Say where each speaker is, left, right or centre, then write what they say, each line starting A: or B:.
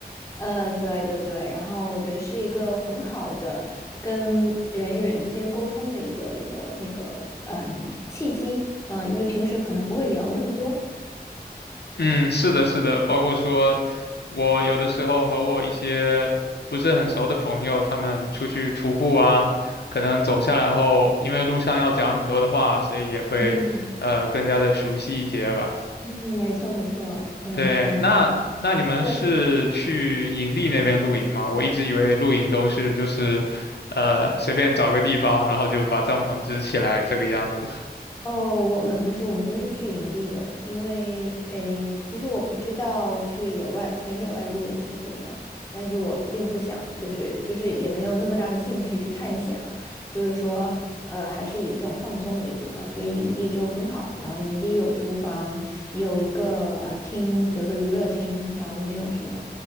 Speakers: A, on the left; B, on the left.
A: 呃，对对对，然后我觉得是一个很好的跟人与人之间沟通的一个一个那个嗯契机，嗯，因为平时可能不会聊那么多，
B: 嗯，是的，是的，包括说，我有的时候和我一些不是很熟的朋友，他们出去徒步啊，可能走下来后，因为路上要讲很多的话，所以也会呃更加的熟悉一些吧。
A: 嗯嗯，没错没错，嗯，
B: 对，
A: 然后。
B: 那那你们是去营地那边露营吗？
A: 对。
B: 我一直以为露营都是就是呃随便找个地方，然后就把帐篷支起来这个样子
A: 哦，我们不是，我们都是去营地的，因为诶，其实我不知道去野外纯野外露营是什么样，但是我并不想，就是就是也没有那么大的兴趣去探险了，就是说，呃，还是以这种放松为主嘛，所以营地就很好，然后营地有厨房，有一个呃厅，有一个娱乐厅，然后里面有什么